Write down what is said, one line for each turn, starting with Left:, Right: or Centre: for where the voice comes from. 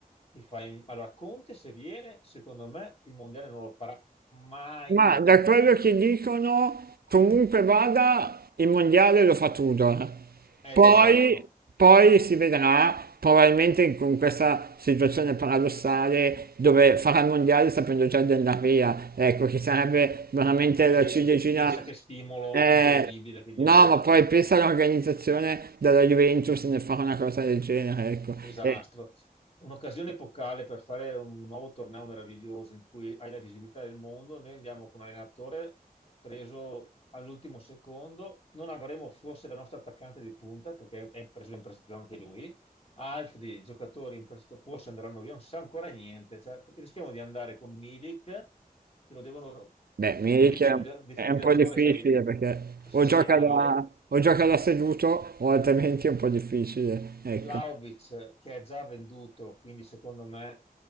Left: che fa... in- Allora, Conte se viene, secondo me il Mondiale non lo farà mai.
Right: Ma da quello che dicono, comunque vada, il mondiale lo fa Tudor.
Left: Esatto.
Right: Poi, poi si vedrà, probabilmente con questa situazione paradossale dove farà il mondiale sapendo già di andare via. Ecco, che sarebbe veramente
Left: Pensa
Right: la ciliegina.
Left: che, pensa che stimolo
Right: Eh,
Left: incredibile che gli
Right: no,
Left: danno.
Right: ma poi pensa all'organizzazione della Juventus nel fare una cosa del genere, ecco.
Left: Un disastro.
Right: Eh,
Left: Un'occasione epocale per fare un nuovo torneo meraviglioso in cui hai la visibilità del mondo. Noi andiamo con un allenatore preso all'ultimo secondo. Non avremo forse la nostra attaccante di punta perché è preso in prestito anche lui. Altri giocatori in prestito forse andranno via, non si sa ancora niente. Cioè, rischiamo di andare con Milik, che lo devono
Right: Beh, Milik
Left: col defibrilla- defibrillatore,
Right: è un po' difficile
Left: sai,
Right: perché
Left: <laughs> svegliarlo
Right: o gioca da, o gioca da seduto o altrimenti è un po' difficile, ecco.
Left: Vlaovic che è già venduto, quindi secondo me